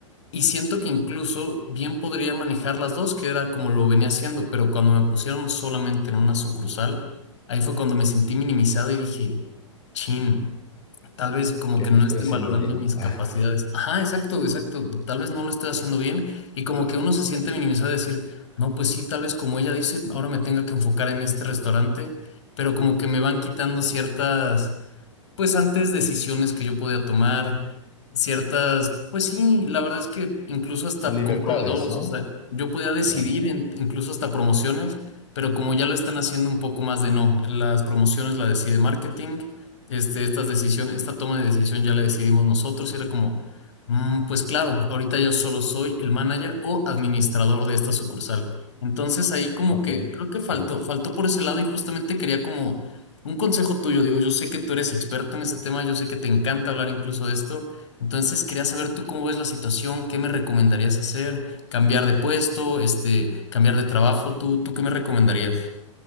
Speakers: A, on the left; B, on the left.
A: Y siento que incluso bien podría manejar las dos, que era como lo venía haciendo, pero cuando me pusieron solamente en una sucursal, ahí fue cuando me sentí minimizado y dije, chin. Tal vez como
B: ¿qué
A: que
B: no
A: no
B: estoy
A: estén
B: haciendo
A: valorando
B: bien?
A: mis
B: Ah,
A: capacidades. Ajá, exacto, exacto. Tal vez no lo estoy haciendo bien y como que uno se siente minimizado de decir, no, pues sí, tal vez como ella dice, ahora me tenga que enfocar en este restaurante, pero como que me van quitando ciertas pues antes decisiones que yo podía tomar, ciertas, pues sí, la verdad es que incluso hasta
B: libertades,
A: con proveedores,
B: ¿no?
A: o sea, yo podía decidir
B: Claro.
A: en- incluso hasta promociones, pero como ya lo están haciendo un poco más de no, las promociones la decide marketing, este, estas decisiones, esta toma de decisión ya la decidimos nosotros y era como, mm, pues claro, ahorita yo solo soy el manager o administrador de esta sucursal. Entonces ahí como
B: Ok,
A: que creo que
B: sí.
A: faltó, faltó por ese lado y justamente quería como un consejo tuyo, digo, yo sé que tú eres experto en este tema, yo sé que te encanta hablar incluso de esto, entonces quería saber tú cómo ves la situación, qué me recomendarías hacer, cambiar de puesto, este, cambiar de trabajo, tú, tú qué me recomendarías?